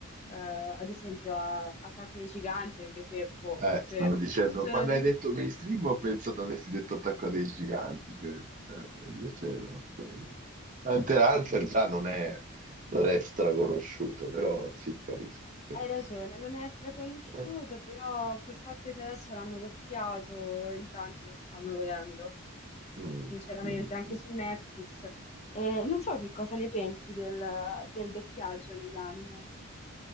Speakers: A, on the left; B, on the right.
A: eh, ad esempio a Attacco dei Giganti, anche se boh, forse
B: Eh, stavo dicendo,
A: ci sono
B: quando
A: del...
B: hai detto mainstream ho pensato avessi detto Attacco dei Giganti, che, eh, invece no. ok. Hunter
A: <laughs>
B: x
A: sì,
B: Hunter già non è, non è straconosciuto, però sì, capisco, capisco.
A: Hai ragione, non è straconosciuto,
B: Eh,
A: però col fatto che adesso l'hanno doppiato in tanti lo stanno vedendo.
B: mm,
A: sinceramente,
B: mm,
A: anche
B: mm.
A: su Netflix. E non so che cosa ne pensi del, del doppiaggio negli anime.